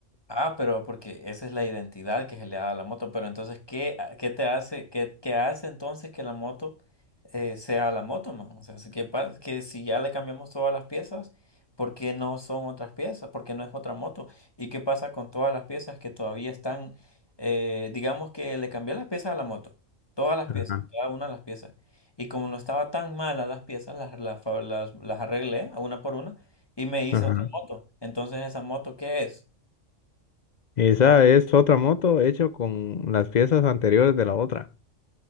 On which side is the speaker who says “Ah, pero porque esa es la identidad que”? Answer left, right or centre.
Left